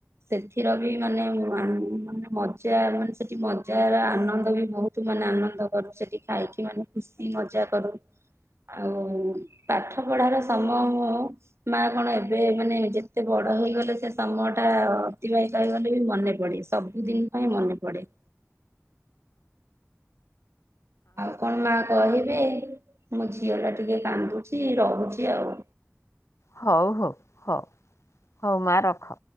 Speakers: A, on the right; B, on the left.
A: ସେଥିରେ ବି ମାନେ ମାନେ ମଜା ମାନେ ସେଠି ମଜାର ଆନନ୍ଦ ବି ବହୁତ। ତୁ ମାନେ ଆନନ୍ଦ କରୁ ସେଠି ଖାଇକି ମାନେ ଖୁସି ମଜା କରୁ। ଆଉ ପାଠ ପଢ଼ାର ସମୟ ମୁଁ ମା କଣ ଏବେ ମାନେ ଯେତେ ବଡ ହେଇଗଲେ ସେ ସମୟ ଟା ଅତିବାହିତ ହେଇଗଲେ ବି ମନେ ପଡେ ସବୁଦିନ ପାଇଁ ମନେ ପଡେ। ଆଉ କଣ ମା କହିବି ମୋ ଝିଅ ଟା ଟିକେ କାନ୍ଦୁଛି ରହୁଛି ଆଉ।
B: ହଉ ହଉ ହଉ ହଉ ମା ରଖ।